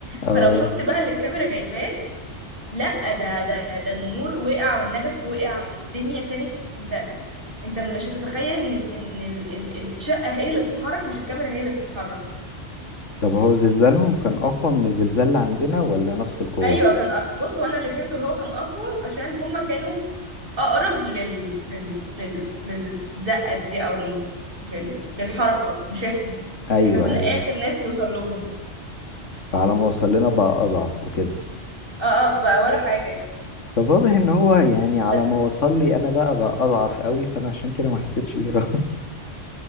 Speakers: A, on the left; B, on the right.
A: اه
B: فلو شفت بقى اللي الكاميرا جايباه لا ده ده ده النور وقع والنجف وقع الدنيا كانت انت انت مش هتتخيل ان ان ال- ال- الشقة هي اللي بتتحرك مش الكاميرا هي اللي بتتحرك
A: طب هو زلزالهم كان اقوى من الزلزال اللي عندنا ولا نفس القوه
B: ايوه كان أ- بص هو انا اللي فهمته اللي هو كان اقوى عشان هما كانوا اقرب لل... لل... لل... للزقه دي او لل... لل... للحركه مش احنا
A: ايوه
B: احنا كنا
A: ايوه
B: اخر ناس يوصل لهم
A: فعلى ما وصل لنا بقى اضعف وكده
B: اه اه بقى ولا حاجه يعني
A: طب واضح ان هو يعني على
B: بس
A: ما وصل لي انا بقى بقى اضعف قوي فانا عشان كده ما حسيتش بيه خالص